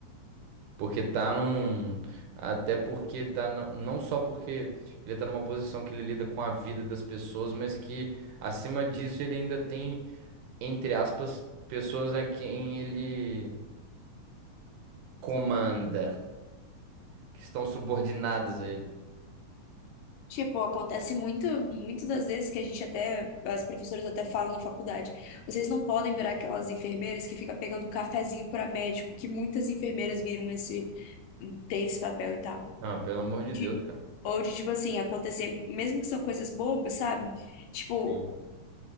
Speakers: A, on the right; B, on the left.
A: Porque tá num. Até porque tá. no- Não só porque ele tá numa posição que ele lida com a vida das pessoas, mas que acima disso ele ainda tem, entre aspas, pessoas a quem ele comanda, que estão subordinadas a ele.
B: Tipo, acontece muito, muito das vezes que a gente até, as professoras até falam na faculdade. Vocês não podem virar aquelas enfermeiras que fica pegando um cafezinho pra médico, que muitas enfermeiras viram esse tem esse papel e tal.
A: Ah, pelo amor de
B: De,
A: Deus, cara.
B: ou de, tipo assim, acontecer, mesmo que são coisas bobas, sabe? Tipo,
A: Sim.